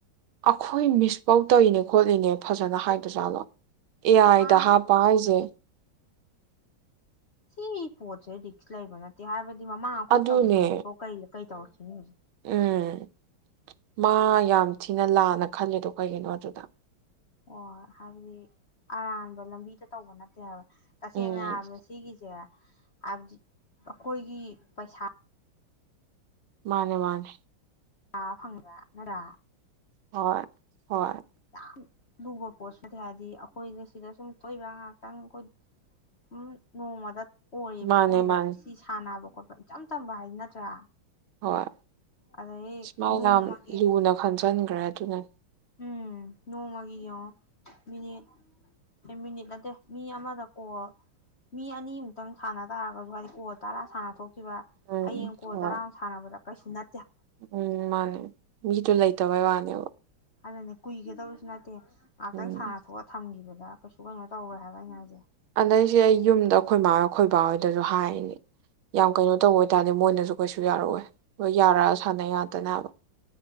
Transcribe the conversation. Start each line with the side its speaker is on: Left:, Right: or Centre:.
Right: ꯑꯩꯈꯣꯏ ꯃꯤꯁꯐꯧ ꯇꯧꯔꯤꯅꯦ ꯈꯣꯠꯂꯤꯅꯦ ꯐꯖꯅ ꯍꯥꯏ ꯆꯠꯂꯣ ꯑꯦ ꯑꯥꯏꯗ
Left: ꯃꯥ
Right: ꯍꯥꯞꯄ ꯍꯥꯏꯁꯦ
Left: ꯁꯤ ꯄꯣ ꯆꯩꯦ ꯔꯤꯁ ꯂꯥꯏꯕꯅ ꯍꯥꯏꯔꯕ ꯑꯗꯨ ꯃꯃꯥꯡ ꯑꯩꯈꯣꯏ
Right: ꯑꯗꯨꯅꯦ
Left: ꯇꯧꯕꯅꯦ ꯍꯧꯖꯤꯛꯐꯥꯎ ꯀꯔꯤ ꯀꯩ ꯇꯧꯔꯛꯁꯤꯅꯤ ꯍꯧꯖꯤꯛ
Right: ꯎꯝ ꯃꯥ ꯌꯥꯝ ꯊꯤꯅ ꯂꯥꯅ ꯈꯜꯂꯦꯗꯣ ꯀꯩꯒꯤꯅꯣ ꯑꯗꯨꯗ
Left: ꯑꯣ ꯍꯥꯏꯕꯗꯤ ꯑꯔꯥꯟꯕ ꯂꯝꯕꯤꯗ ꯇꯧꯕ ꯅꯠꯇꯦ ꯍꯥꯏꯕ ꯇꯁꯦꯡꯅ
Right: ꯎꯝ
Left: ꯍꯥꯏꯕꯗ ꯁꯤꯒꯤꯁꯦ ꯍꯥꯏꯕꯗꯤ ꯑꯩꯈꯣꯏꯒꯤ ꯄꯩꯁꯥ
Right: ꯃꯥꯅꯦ ꯃꯥꯅꯦ
Left: ꯂ ꯐꯪꯒ ꯅꯔꯥ
Right: ꯍꯣꯏ ꯍꯣꯏ
Left: ꯌꯥꯝ ꯂꯨꯕ ꯄꯣꯠꯁꯨꯦ ꯍꯥꯏꯗꯤ ꯑꯩꯈꯣꯏꯁ ꯁꯤꯗ ꯁꯨꯝ ꯊꯣꯛꯣꯏꯏꯕ ꯉꯍꯥꯛꯇꯪ ꯑꯩꯈꯣꯏ ꯁꯨꯝ ꯅꯣꯡꯃꯗ ꯑꯣꯏꯔꯤꯕ
Right: ꯃꯥꯅꯦ
Left: ꯊꯣꯛꯏꯕ
Right: ꯃꯥꯅꯦ
Left: ꯁꯤ ꯁꯥꯟꯅꯕ ꯈꯣꯠꯄ ꯏꯆꯝ ꯆꯝꯕ ꯍꯥꯏꯗꯤ ꯅꯠꯇ꯭ꯔꯥ
Right: ꯍꯣꯏ
Left: ꯑꯗꯩ
Right: ꯁꯨꯃꯥꯏ
Left: ꯅꯣꯡꯃꯒꯤ
Right: ꯌꯥꯝ ꯂꯨꯅ ꯈꯟꯖꯟꯒ꯭ꯔꯅꯤ ꯈꯔ ꯑꯗꯨꯅ
Left: ꯎꯝ ꯅꯣꯡꯃꯒꯤ ꯌꯦꯡꯉꯣ ꯃꯤꯅꯤꯠ ꯑꯦ ꯃꯤꯅꯤꯠ ꯅꯠꯇꯦ ꯃꯤ ꯑꯃꯗ ꯀꯣꯜ ꯃꯤ ꯑꯅꯤꯃꯨꯛꯇꯪ ꯁꯥꯟꯅ ꯇꯥꯔꯒꯁꯨ ꯍꯥꯏꯗꯤ ꯀꯣꯜ ꯇꯔꯥ ꯁꯥꯟꯅ ꯊꯣꯛ ꯁꯤ
Right: ꯎꯝ
Left: ꯍꯌꯦꯡ ꯀꯣꯜ
Right: ꯍꯣꯏ
Left: ꯇꯔꯥꯨ ꯁꯥꯟꯅꯕꯗ ꯀ ꯅ
Right: ꯎꯝ ꯃꯥ ꯃꯤꯗꯨ ꯂꯩꯇꯕꯩ ꯋꯥꯅꯦꯕ
Left: ꯑꯗꯨꯅꯦ ꯀꯨꯏꯒꯗꯧꯕꯁꯨ ꯅꯠꯇꯦ ꯉꯥꯏꯍꯥꯛꯇꯪ
Right: ꯎꯝ
Left: ꯁꯥꯟꯅ ꯊꯣꯛꯑ ꯊꯝꯈꯤꯕꯗꯣ ꯑꯗ ꯀꯩꯁꯨ ꯀꯩꯅꯣ ꯇꯧꯔꯦ ꯍꯥꯏꯕ ꯑꯩꯅ ꯍꯥꯏꯁꯦ
Right: ꯑꯗꯩꯁꯦ ꯑꯩ ꯌꯨꯝꯗ ꯑꯩꯈꯣꯏ ꯃꯥ ꯑꯩꯈꯣꯏꯕꯥꯣꯏ ꯍꯥꯏ ꯌꯥꯝ ꯀꯩꯅꯣ ꯇꯧꯕ ꯑꯣꯏꯇꯥꯔꯦ ꯃꯣꯏ ꯑꯩꯣꯏꯁꯨ ꯌꯥꯔꯑꯣꯏ ꯍꯣꯏ ꯌꯥꯔꯒ ꯁꯥꯟꯅꯩꯗ ꯀꯅꯥꯕ